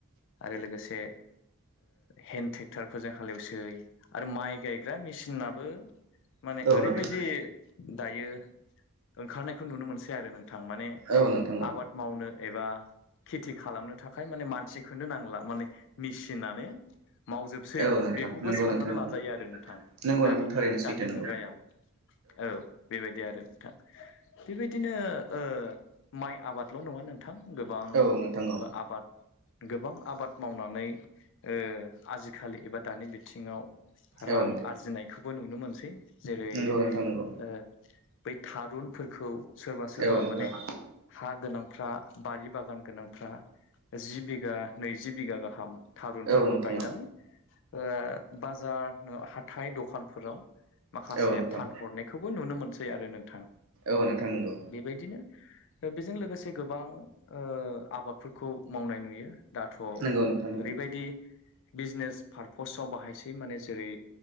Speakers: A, on the left (about 60°); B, on the right (about 65°).
A: आरो लोगोसे हेन्द ट्रेक्टार फोरजों हालेवसै आरो माइ गायग्रा मेचिन होननाबो माने
B: औ
A: ओरैबायदि
B: नोंथां
A: दायो ओंखारनायखौ नुनो मोनसै आरो नोंथां माने
B: औ नोंथां
A: आबाद मावनो एबा खेथि खालामनो थाखाय माने मानसिखौनो नांला माने मेसिनानो मावजोबसै
B: औ नोंथां
A: बेखौबो
B: नंगौ
A: साननानै
B: नोंथां नंगौ
A: लाजायो आरो नोंथां
B: नंगौ
A: दानि
B: नोंथां थारैनो
A: दानि
B: सैथो नंगौ
A: मुगायाव औ बेबायदि आरो नोंथां बेबायदिनो ओ माइ आबादल' नङा नोंथां गोबां
B: औ नोंथां औ
A: आबाद गोबां आबाद मावनानै ओ आजिखालि एबा दानि बिथिङाव रां
B: औ नोंथां
A: आरजिनायखौबो नुनो मोनसै जेरै
B: नंगौ नोंथां नंगौ
A: ओ बै थारुनफोरखौ सोरबा सोरबा
B: औ नोंथां
A: माने हा गोनांफ्रा बारि बागान गोनां फ्रा जि बिघा नैजि बिघा गाहाम थारुनफोरखौ
B: औ नोंथां
A: गायनानै ओ बाजार नो हाइ दखानफोराव माखासे
B: औ नोंथां
A: फान हरनायखौबो नुनो मोनसै आरो नोंथां
B: औ नोंथां नंगौ
A: बेबायदिनो बेजों लोगोसे गोबां ओ आबादफोरखौ मावनाय नुयो दाथ'
B: नंगौ नोंथां नंगौ
A: ओरैबायदि बिजनेस पारपसाव बाहायसै माने जेरै